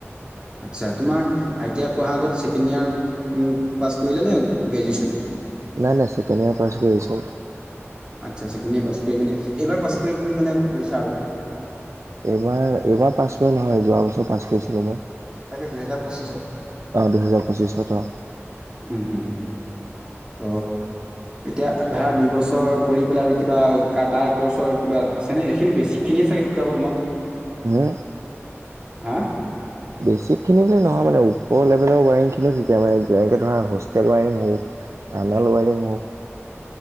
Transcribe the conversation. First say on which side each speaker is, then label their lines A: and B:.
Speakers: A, on the right; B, on the right.
A: আচ্ছা, তোমাৰ আই তি আই পঢ়াৰ আগত ছেকেণ্ড ইয়েৰ উ'ম, পাছ কৰিলে নে গ্ৰজুয়েচন?
B: নাই, নাই ছেকেণ্ড ইয়াৰ পাছ কৰিছো।
A: আচ্ছা, ছেকেণ্ড ইয়েৰ পাছ কৰি মানে এইবাৰ পাছ কৰি তুমি মানে লৈছা আৰু?
B: এইবাৰ এইবাৰ পাছ কৰি নহয় যোৱা বছৰ পাছ কৰিছিলো মই।
A: তাকে দুহেজাৰ পঁচিছত।
B: অ দুহেজাৰ পঁচিছত অ।
A: হুম হুম ত। এতিয়া ধৰা দুই বছৰ কৰি পেলাই আৰু কিবা কা তাৰ কৰ্চৰ কিবা আছেনে এইখিনি বেছিকখিনিয়ে চাগে শুদাব তোমাক।
B: উম হু।
A: হা।
B: বেছিকখিনি বুলি নহয় মানে ওপৰ লেভেলৰ ৱাৰিং খিনিও শিকাই মানে যেনেকে ধৰা হোষ্টেল ৱাৰিং হওঁক। কালাৰ ৱাৰিং হওঁক।